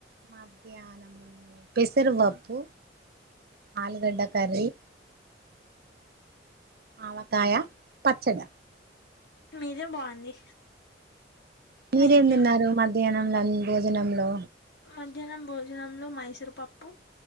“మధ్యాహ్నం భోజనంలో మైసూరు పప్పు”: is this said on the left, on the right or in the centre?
Left